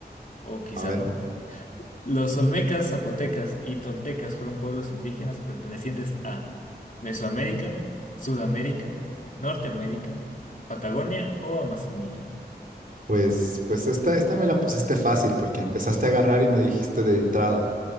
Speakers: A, on the left (about 50°); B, on the right (about 55°).
A: o quizá
B: A ver,
A: no. Los olmecas, zapotecas y toltecas fueron pueblos indígenas pertenecientes a Mesoamérica, Sudamérica, Norteamérica, Patagonia o Amazonía.
B: pues, pues esta, esta me la pusiste fácil porque empezaste a agarrar y me dijiste de entrada